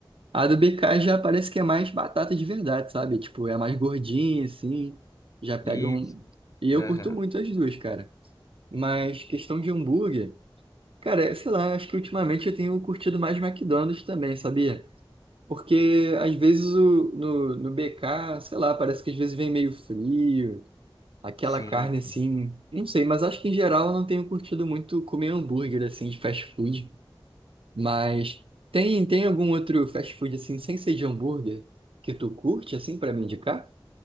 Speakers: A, on the right; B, on the left.
A: A do BK já parece que é mais batata de verdade, sabe? Tipo, é mais gordinha, assim, já pega
B: Isso.
A: um... E eu
B: Aham.
A: curto muito as duas, cara. Mas questão de hambúrguer, cara, é, sei lá, acho que ultimamente eu tenho curtido mais McDonald's também, sabia? Porque às vezes o, no, no BK, sei lá, parece que às vezes vem meio frio, aquela
B: Sim.
A: carne assim, não sei, mas acho que em geral eu não tenho curtido muito comer hambúrguer assim de fast food. Mas tem, tem algum outro fast food assim, sem ser de hambúrguer, que tu curte assim pra me indicar?